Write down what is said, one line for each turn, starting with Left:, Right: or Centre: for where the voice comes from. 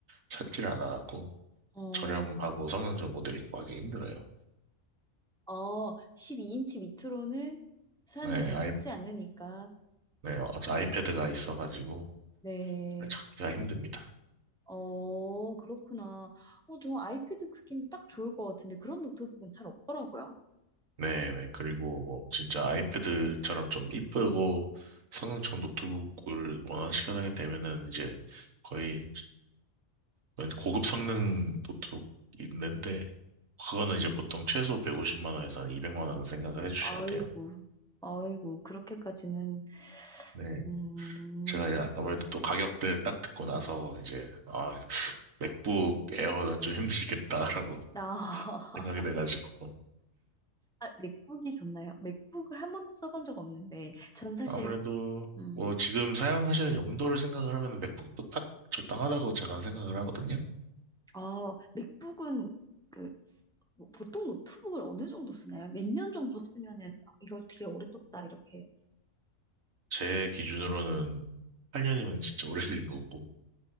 Right: 찾지를 않아갖고
Centre: 어,
Right: 저렴하고 성능 좋은 모델 있고 하기 힘들어요.
Centre: 어, 12인치 밑으로는 사람들이
Right: 네,
Centre: 잘
Right: 아이,
Centre: 찾지 않으니까.
Right: 네, 어, 아이패드가 있어가지고
Centre: 네.
Right: 잘 찾기가 힘듭니다.
Centre: 어, 그렇구나. 어, 저 아이패드 크기는 딱 좋을 것 같은데 그런 노트북은 잘 없더라고요.
Right: 네네. 그리고 뭐 진짜 아이패드처럼 좀 이쁘고 성능 좋은 노트북을 원하는 시간이 되면은 이제 거의 완전 고급 성능 노트북 있는데 그거는 이제 보통 최소 150만 원에서 한 200만 원 생각을 해주셔야
Centre: 아이고,
Right: 돼요.
Centre: 아이고, 그렇게까지는
Right: 네.
Centre: 음,
Right: 제가 이제
Centre: 그-
Right: 아무래도 또 가격대를 딱 듣고 나서 이제 아 맥북 에어는 좀 힘드시겠다라고
Centre: 나 <laughs>
Right: <laughs> 생각이 돼가지고
Centre: 아, 맥북이 좋나요? 맥북을 한 번도 써본 적 없는데 전 사실
Right: 아무래도
Centre: 음,
Right: 뭐 지금 사용하시는 용도를 생각을 하면 맥북도 딱 적당하다고 제가 생각을 하거든요.
Centre: 아, 맥북은 그 뭐, 보통 노트북을 어느 정도 쓰나요? 몇 년 정도 쓰면은 어, 이거 되게 오래 썼다 이렇게.
Right: 제 기준으로는 8년이면 진짜 오래 쓰인 거고,